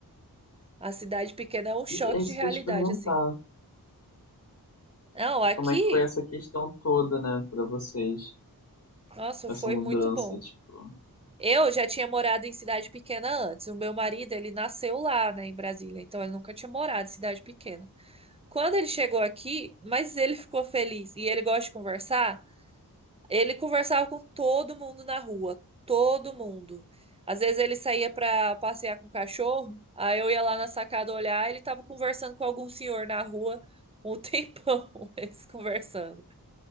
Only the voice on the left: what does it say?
E é isso
que eu ia te perguntar.
Como é que foi essa questão toda, né, pra vocês?
Essa
mudança,
tipo.